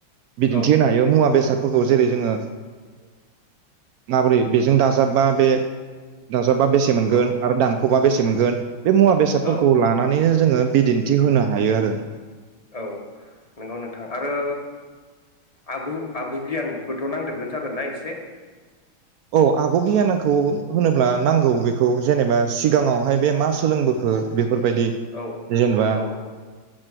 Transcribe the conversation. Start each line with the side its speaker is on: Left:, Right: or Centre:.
Right: बिदिन्थि
Left: औ
Right: होनो हायो मुवा बेसाद बेफोरखौ जेरै जोङो माबोरै बेजों दाजाबबा बे जेनबा बेसे मोनगोन
Left: औ
Right: आरो दानख' दानख'बा बेसे मोनगोन बे मुवा बेसादफोरखौ
Left: औ
Right: लानानैनो जोङो बिदिन्थि होनो हायो आरो
Left: औ नंगौ नोंथां आरो आगु आगु गियानबोथ' नांदेरगोन जागोन ना एसे
Right: औ आग' गियानखौ होनोब्ला नांगौ बेखौ जेनेबा सिगाङावहाय बे मा सोलोंबोखो बेखौ बेफोरबायदि
Left: औ
Right: जेनेबा
Left: औ